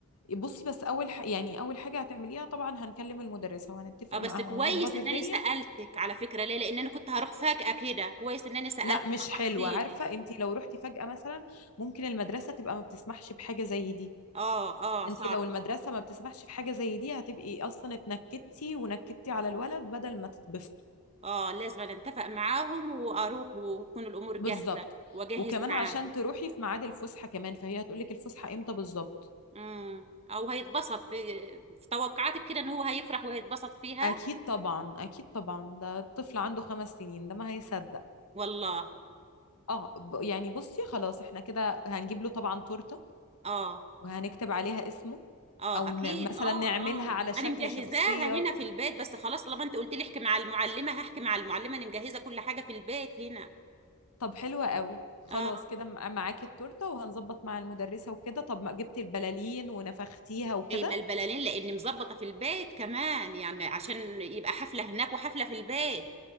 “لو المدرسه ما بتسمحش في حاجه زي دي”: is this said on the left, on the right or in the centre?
Left